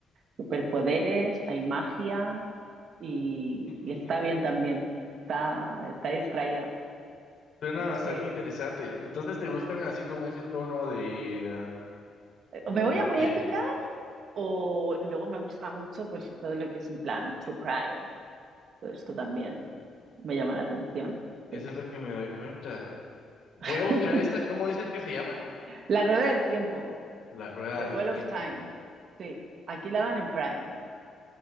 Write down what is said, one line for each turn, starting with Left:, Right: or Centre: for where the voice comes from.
Right: superpoderes, hay magia y,
Left: <laughs>
Right: y está bien también, está, está distraída.
Left: Suena bastante
Right: No sé,
Left: interesante. Entonces te gustan así con ese tono de, ah, como
Right: me voy
Left: no
Right: a muy
Left: sé,
Right: épica O luego me gusta mucho pues todo lo que es en plan true crime. Todo esto también me llama la atención. Sí.
Left: eso es lo que me doy cuenta. Voy
Right: <laughs>
Left: a buscar esta, ¿cómo dices que se llama?
Right: La rueda del tiempo,
Left: La rueda
Right: The
Left: del
Right: Wheel
Left: tiempo.
Right: of Time. Sí, aquí la dan
Left: Mm.
Right: en Prime.